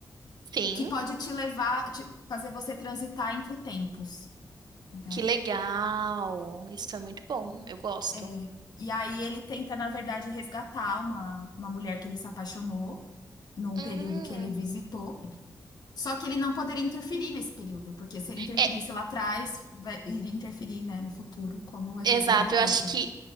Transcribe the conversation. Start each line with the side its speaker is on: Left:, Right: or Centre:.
Right: Sim.
Left: que pode te levar, te- fazer você transitar entre tempos, né?
Right: Que legal. Isso é muito bom. Eu gosto.
Left: É. E aí ele tenta, na verdade, resgatar uma, uma mulher que ele se apaixonou num
Right: Hum.
Left: período que ele visitou. Só que ele não poderia interferir nesse período, porque se ele interferisse
Right: É,
Left: lá atrás, vai, iria interferir, né, no futuro, como o efeito
Right: exato.
Left: borboleta.
Right: Eu acho que